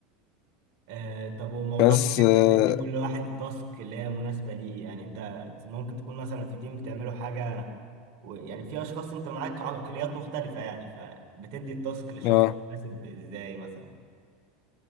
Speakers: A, on the right; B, on the left.
A: آه طب وموضوع
B: بس
A: انك انت
B: اه
A: تدي كل واحد تاسك اللي هي مناسبة ليه يعني انت ممكن تكون مثلا في تيم بتعملوا حاجة ويعني في اشخاص انت معاك عقليات مختلفة يعني فبتدي التاسك للشخص
B: آه.
A: المناسب ازاي مثلا